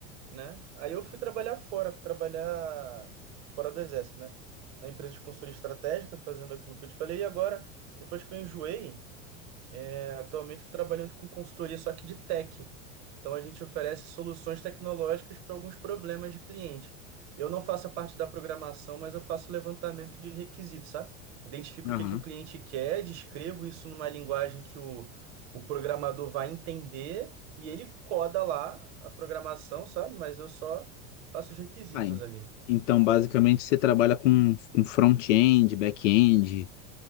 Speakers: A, on the right (about 65°); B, on the left (about 70°).
A: né? Aí eu fui trabalhar fora, fui trabalhar fora do exército, né? Na empresa de consultoria estratégica, fazendo aquilo que eu te falei. E agora, depois que eu enjoei, é, atualmente estou trabalhando com consultoria só que de tech. Então a gente oferece soluções tecnológicas para alguns problemas de cliente. Eu não faço a parte da programação, mas eu faço levantamento de requisitos, sabe? Identifico
B: Aham.
A: o que que o cliente quer, descrevo isso numa linguagem que o, o programador vai entender e ele coda lá a programação, sabe? Mas eu só faço os requisitos
B: Tá, en-
A: ali.
B: Então, basicamente, você trabalha com, com front-end, back-end,